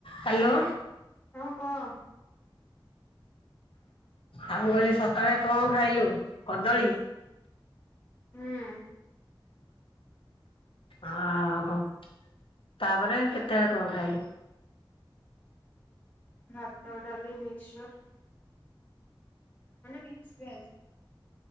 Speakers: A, on the left (about 85°); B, on the left (about 20°).
A: Hello.
B: ହଁ କହ।
A: ଆ ମୁଁ କହିଲି ସକାଳେ କଣ ଖାଇଲୁ? କଦଳୀ?
B: ହୁଁ
A: ଆଁ ହୋ। ତାପରେ କେତେବେଳେ କଣ ଖାଇଲୁ?
B: ଭାତ, ଡାଲି, ମିକ୍ସଚର ମାନେ ମିକ୍ସଭେଜ୍।